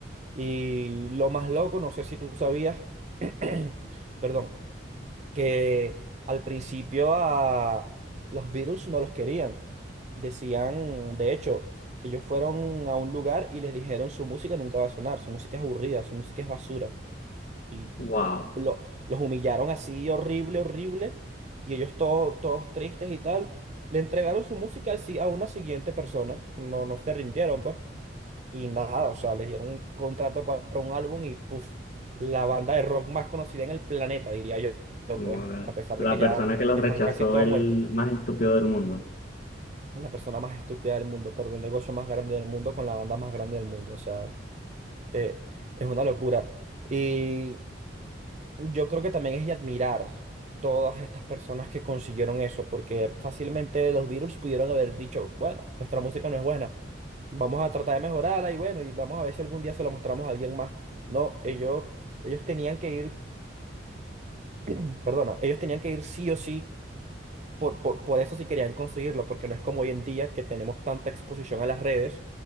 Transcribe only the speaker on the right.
Y lo más loco, no sé si tú sabías, <clears throat> perdón, que al principio a los Beatles no los querían. Decían, de hecho, ellos fueron a un lugar y les dijeron su música nunca va a sonar, su música es aburrida, su música es basura. Y
lo- los humillaron así horrible, horrible, y ellos todos, todos tristes y tal. Le entregaron su música al si- a una siguiente persona, no, no se rindieron, pues. Y nada, o sea, les dieron un contrato para un álbum y puff, la banda de rock más conocida en el planeta, diría yo, yo,
pues, a pesar
de que ya
están
casi todos
muertos.
La persona más estúpida del mundo, perdón, el negocio más grande del mundo con la banda más grande del mundo, o sea, eh, es una locura. Y Yo creo que también es de admirar todas estas personas que consiguieron eso, porque fácilmente los Beatles pudieron haber dicho, bueno, nuestra música no es buena, vamos a tratar de mejorarla y bueno, y vamos a ver si algún día se la mostramos a alguien más. No, ellos, ellos tenían que ir, <clears throat> perdona, ellos tenían que ir sí o sí por, por, por eso sí querían conseguirlo, porque no es como hoy en día que tenemos tanta exposición a las redes